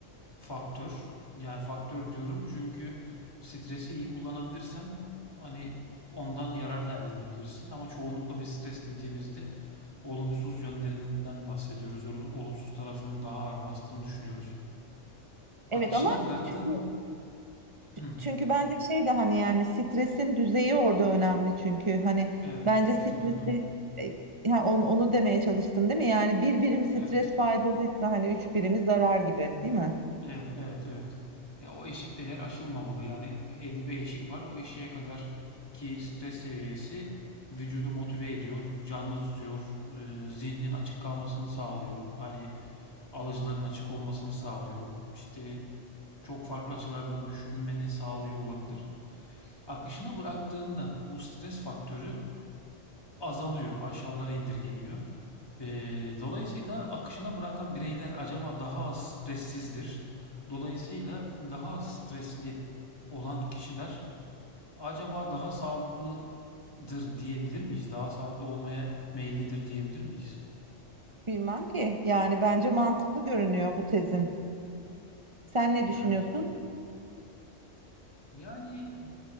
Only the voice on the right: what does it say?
Evet ama
çünkü
çünkü bence şey de hani yani stresin düzeyi orada önemli çünkü hani
bence
stresi
e, ha, onu, onu demeye çalıştın değil mi? Yani bir birim stres
faydalıysa hani üç birimi zarar gibi değil mi?
Bilmem ki yani bence mantıklı görünüyor bu tezin. Sen ne
düşünüyorsun?